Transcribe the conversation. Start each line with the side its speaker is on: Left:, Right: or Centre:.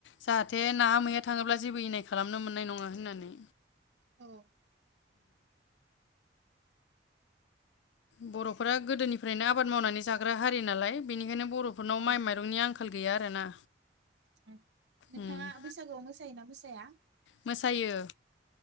Left: जाहाथे नांङा मैया थांङोब्ला जेबो इनाय खालामनो मोननाय नंङा होननानै
Right: औ
Left: बरफोरा गोदोनिफ्रायनो आबाद मावनानै जाग्रा हारि नालाय बेनिखायनो बरफोरनाव
Right: औ
Left: माइ माइरंनि आंखाल गैया आरोना
Right: उम नोंथाङा
Left: उम
Right: बैसागुआव मोसायोना मोसाया
Left: मोसायो